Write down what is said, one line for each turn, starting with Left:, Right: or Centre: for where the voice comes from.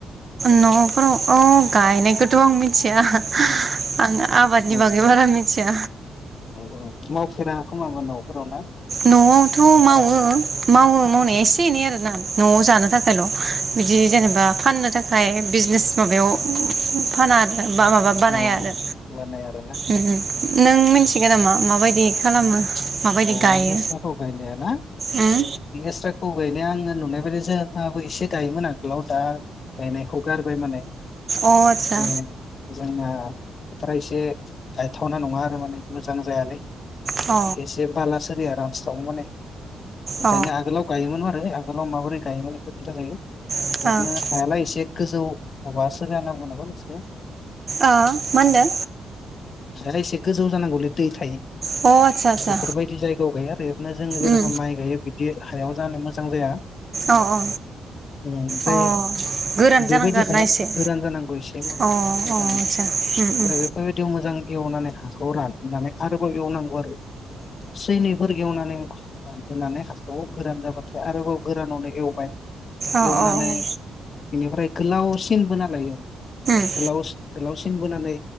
Right: न'फोराव औ गायनायखौथ' आं मिथिया आं आबादनि
Left: औ
Right: बागै बारा मिथिया
Left: औ औ मावफेरा खोमाबा न'फोराव ना
Right: न'आवथ' मावो
Left: बारा
Right: मावो मावनाया एसे एनै आरो ना न'आव जानो थाखायल' बिदि जेनेबा फाननो थाखाय बिजनेस माबायाव फाना आ बा माबा बानाया
Left: औ
Right: आरो
Left: बानाय आरोना
Right: ओम नों मिनथिगोन नामा माबायदि खालामो माबायदि
Left: औ
Right: गायो
Left: लेस्राखौ गायनायाना
Right: उम
Left: लेस्राखौ गाय नाया आङो नुनाय बायदि जोंहाबो एसे गायोमोन आगोलाव दा गायनायखौ गारबाय माने
Right: अ आतसा
Left: ने जोंना फोथार एसे गायथावना नङा आरो माने मोजां जायालै
Right: अ
Left: से बाला सोरे रानस्राव माने ओंखायनो
Right: अ
Left: आगोलाव गायोमोन आरो आग गोलाव माबोरै गायोमोन इखो खोनथा जायो
Right: ओ
Left: ओरैनो हायालाय एसे गोजौ माबा <unintelligible>
Right: ओ मा होनदों
Left: हाया इसे गोजौ जानांगौलै दै थायो
Right: अ आतसा आतसा
Left: बेफोरबायदि जायगायाव गाया आरो ओरैनो जों जेन'बा
Right: उम
Left: माइ गायो बिदि हायाव जानो मोजां जाया ओम
Right: अ अ
Left: ओमफ्राय
Right: अ गोरान जानांगौ
Left: बेबायदि
Right: आरोना
Left: हाया
Right: एसे अ
Left: गोरान जानांगौ एसे मोजां
Right: अ आतसा
Left: ओमफ्राय
Right: उम उम
Left: बेफोरबायदियाव मोजां एवनानै हाखौ रानहोनानै आरोबाव एवनांगौ आरो सैनिफोर गेवनानै रानहोनानै हाखौ गोरान जाबाथाय आरोबाव गोरानावनो एवबाय।
Right: अ उम
Left: एवनानानै।
Right: उम अ उम आतसा अ उम
Left: बेनिफ्राय गोलावसिन बोन लायो
Right: अ
Left: गोलाव गोलावसिन बोनानै